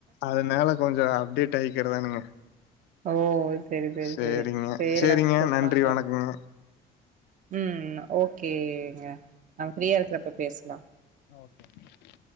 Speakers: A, on the left; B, on the right.
A: அதனால கொஞ்ச அப்டேட் ஆயிக்கிறதானுங்க
B: ஓ செரி செரி
A: சரிங்க.
B: செரி சேரிடா
A: சரிங்க.
B: செரி
A: நன்றி
B: பாரே
A: வணக்கங்க.
B: ம் ஓகேங்க நம் ஃப்ரீயா இருக்கறப்ப பேசலா
A: ஓகேங்க